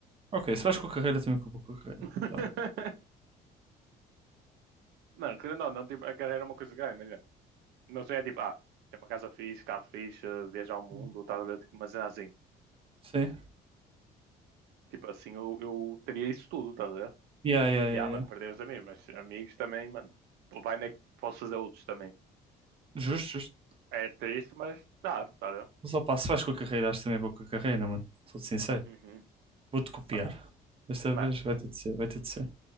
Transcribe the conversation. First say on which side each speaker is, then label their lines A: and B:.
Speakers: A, on the right; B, on the right.
A: ok, se vais com a carreira, também com a carreira.
B: <laughs>
A: Tá bem.
B: Mano, querendo ou não, tipo, a carreira é uma coisa grande, melhor. Não sei, é tipo, ah, tem uma casa fixe, carro fixe, viajar ao mundo,
A: Uhum.
B: tá a ver? Tipo, mas é assim,
A: Sim,
B: tipo assim, eu, eu teria isso tudo, tá a ver?
A: yeah, yeah,
B: E
A: yeah,
B: ah, mano,
A: yeah.
B: perder os amigos, mas amigos também, mano, pô, vai, né? que Posso fazer outros também.
A: Justo, justo.
B: É triste, mas dá, tá a ver?
A: Mas opá, se vais com a carreira, acho que também vou com a carreira, mano. Sou-te sincero.
B: Uhum.
A: Vou-te copiar.
B: Ma-
A: Desta
B: Mano,
A: vez vai ter de ser, vai ter de ser.